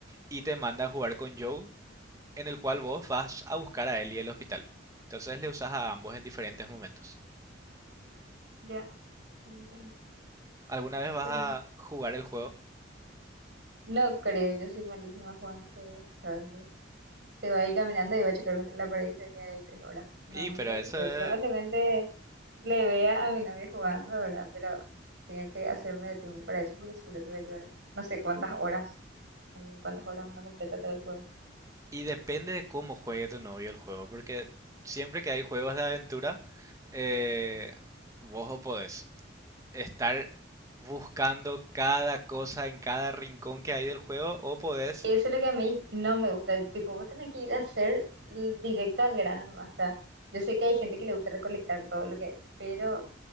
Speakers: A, on the right (about 15°); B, on the right (about 65°).
A: y te manda a jugar con Joe, en el cual vos vas a buscar a él y el hospital. Entonces le usas a ambos en diferentes momentos.
B: Ya, entiendo.
A: Alguna vez vas
B: ¿Qué
A: a
B: más?
A: jugar el juego,
B: No creo, yo soy malísima jugando juegos. ¿sabes? Se va a ir caminando y va a chocar contra la pared y se va a quedar ahí tres horas. No,
A: y
B: no
A: pero
B: creo
A: eso
B: que juegue.
A: es-
B: Probablemente le vea a mi novia jugando, ¿verdad? Pero tengo que hacerme de tiempo para eso porque seguro que va a llevar no sé cuántas horas, en cuántas horas uno completa todo el juego.
A: Y depende de cómo juegue tu novio el juego, porque siempre que hay juegos de aventura, eh, vos o podés estar buscando cada cosa en cada rincón que hay del juego, o podés
B: Eso es lo que a mí no me gusta. Tipo, vos tenés que ir a hacer l- directo al grano nomás. O sea, yo sé que hay gente que le gusta recolectar todo lo que hay, pero